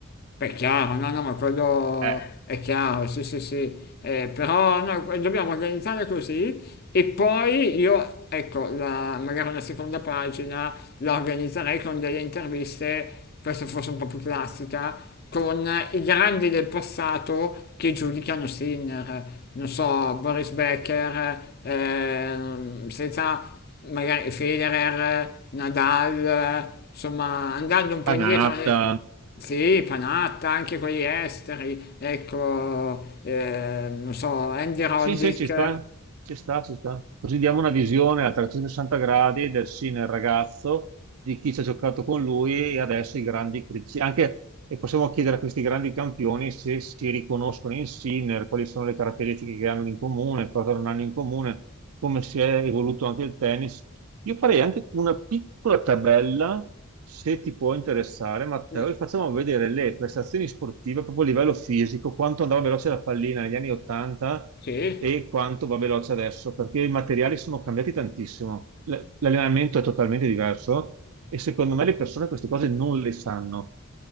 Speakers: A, on the left; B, on the right.
A: È chiaro, no, no, ma quello
B: Eh,
A: è chiaro, sì, sì, sì, Eh, però no, dobbiamo organizzare così e poi io, ecco, la- magari una seconda pagina la organizzerei con delle interviste, questa forse un po' più classica, con i grandi del passato che giudicano Sinner, non so, Boris Becker, ehm, senza magari Federer, Nadal, insomma, andando un po'
B: Panatta,
A: indietro. nel- sì, Panatta, anche quelli esteri, ecco, eh, non so, Andy Sì, sì. Roddick,
B: Sì, sì, ci sta, ci sta, ci sta. Così diamo una visione a 360 gradi del sì nel ragazzo, di chi ci ha giocato con lui e adesso i grandi critici. Anche, e possiamo chiedere a questi grandi campioni se si riconoscono in Sinner, quali sono le caratteristiche che hanno in comune, cosa non hanno in comune, come si è evoluto anche il tennis. Io farei anche una piccola tabella, se ti può interessare, Matteo,
A: mm,
B: e facciamo vedere le prestazioni sportive proprio a livello fisico, quanto andava veloce la pallina negli anni 80
A: sì,
B: e quanto va veloce adesso, perché i materiali sono cambiati tantissimo. L- L'allenamento è totalmente diverso e secondo me le persone queste cose non le sanno.